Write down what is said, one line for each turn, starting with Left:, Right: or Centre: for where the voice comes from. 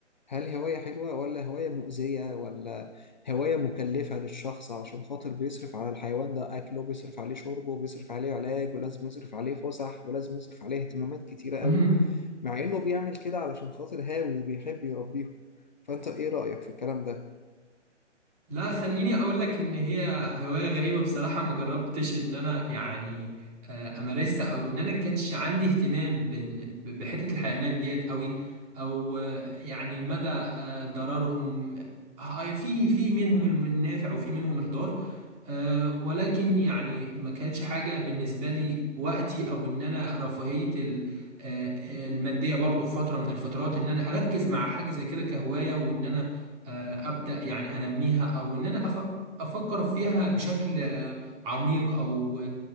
Left: هل هواية حلوة ولا هواية مؤذية ولا هواية مكلفة للشخص عشان خاطر بيصرف على الحيوان ده أكله بيصرف عليه شربه بيصرف عليه علاج ولازم يصرف عليه فسح ولازم يصرف عليه اهتمامات كتيرة قوي
Right: <laughs>
Left: مع إنه بيعمل كده علشان خاطر هاوي وبيحب يربيهم فأنت إيه رأيك في الكلام ده؟
Right: لا خليني اقول لك ان هي هواية غريبة بصراحة ما جربتش ان انا يعني آه، امارسها او ان انا كانش عندي اهتمام بن- ب- بحتة الحيوانات ديت قوي او آه، يعني مدى آه، ضررهم آه، آه، في في منهم الم- النافع وفي منهم الضار آه، ولكن يعني ما كانتش حاجة بالنسبة لي وقتي او ان انا رفاهية ال- آه، آه، المادية برضو في فترة من الفترات ان انا اركز مع حاجة زي كده كهواية وان انا آه، ابدا يعني انميها او ان انا أف- افكر فيها بشكل آه، عميق او